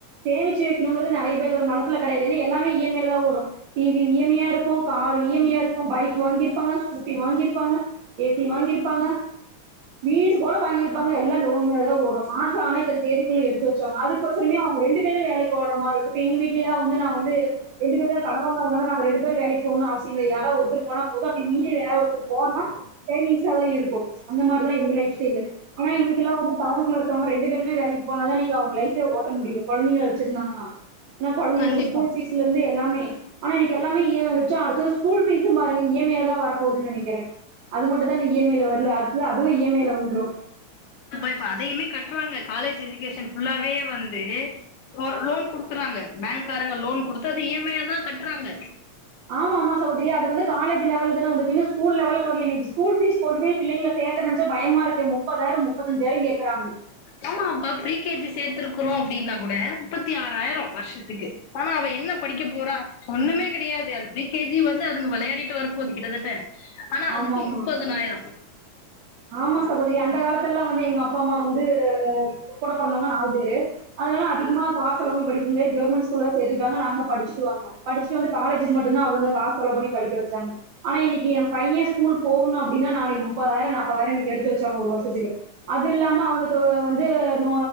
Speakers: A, on the right; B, on the left.
A: சேமிச்சு வைக்கணுங்கிறது நெறைய பேர்த்தோட மனசுல கெடையாது ஏன்னா எல்லாமே இ எம் ஐ லதா ஓடு டீவி இ எம் ஐ யா இருக்கு இருக்கு காரு இ எம் ஐ யா இருக்கு பைக் வாங்கிருப்பாங்க ஸ்கூட்டி வாங்கிருப்பாங்க ஏ சி வாங்கிருப்பாங்க வீடு கூட வாங்கிருப்பாங்க எல்லா லோன்ல தா ஓடு மாச ஆனா இத்தன தேதிக்குள்ள எடுத்து வெச்சிரணு அதுக்கு ஒசரமே அவங்க ரெண்டு பேரு வேலைக்கு ஓட்ற மாரி இருக்கு எங்க வீட்ல எல்லா வந்து நா வந்து ரெண்டு பேரு கடன் வாங்காதனால நாங்க ரெண்டு பேரு வேலைக்கு ஒன்னு அவசியோ கெடையாது யாரா ஒருத்தர் போனா போது அப்டி மீறி வேற ஒருத்தர் போனா சேவிங்சா தா இருக்கு அந்த மாரிதா எங்க லைஃப் ஸ்டைலு ஆனா இன்னைக்கெல்லா வந்து டவுனுக்குள்ள இருக்கவங்க ரெண்டு பேருமே வேலைக்கு போனாதா இன்னிக்கி அவங்க லைஃப்பே ஓட்ட முடியு கொழந்தைங்கள வெச்சிருந்தாங்கன்னா ஏன்னா கொழந்தைங்களுக்கு
B: கண்டிப்பா
A: ஸ்கூல் ஃபீஸ்ல இருந்து எல்லாமே ஆனா இன்னைக்கு எல்லாமே இ எம் ஐ அது ஸ்கூல் ஃபீசும் பாருங்க இனி இ எம் ஐ தா வரப்போகுதுன்னு நெனைக்குற அது மட்டும் தா இன்னு இ எம் ஐல வரல அடுத்து அதுவு இ எம் ஐல வந்துரு
B: இப்ப அதயுமே கட்டுறாங்க காலேஜ் எஜுகேஷன் ஃபுல்லாவே வந்து லோன் குடுக்குறாங்க பேங்க்காரங்க லோன் கொடுத்து அத இ எம் ஐயா தா கட்டுறாங்க
A: ஆமா ஆமா சகோதரி அது வந்து காலேஜ் லெவலுக்குதா வந்துருக்கு இன்னு ஸ்கூல் லெவல்கு வரல இன்னைக்கு ஸ்கூல் ஃபீஸ் கொண்டு போய் பிள்ளைங்கள சேக்க நெனச்சா பயமா இருக்கு முப்பதாயிரம் முப்பத்தஞ்சாயிரம் கேக்குறாங்
B: ஆமா அப்பா ப்ரீ கே ஜி சேத்துருக்கோ அப்டின்னா கூட முப்பத்தி ஆறாயிர வருஷத்துக்கு ஆனா அவ என்ன படிக்க போறா ஒண்ணுமே கிடையாது அது ப்ரீ கே ஜி வந்து அத விளையாடிட்டு வரப்போது கிட்டத்தட்ட ஆனா
A: ஆமா
B: அதுக்கு
A: ஆமா
B: முப்பதனாயிரம்
A: ஆமா சகோதரி அந்த காலத்துலல்லா வந்து எங்க அப்பா அம்மா வந்து கூட பொறந்தவங்க நாலு பேரு அதனால அதிகமா காசு செலவு பண்ணி படிக்க முடியாது கெவ்ருமெண்ட் ஸ்கூல்லதா சேத்து விட்டாங்க நாங்க படிச்சுட்டு வந்தோ படிச்சுட்டு வந்து காலேஜுக்கு மட்டுந்தா அவங்க காசு செலவு பண்ணி படிக்க வச்சாங்க ஆனா இன்னைக்கு எம் பைய ஸ்கூல் போகணு அப்டின்னா நாளைக்கு முப்பதாயிரொ நாப் தாயிரோ இன்னைக்கு எடுத்து வச்சாங்க ஒரு வருஷத்துக்கு அது இல்லாம அவனுக்கு வ வந்து நோ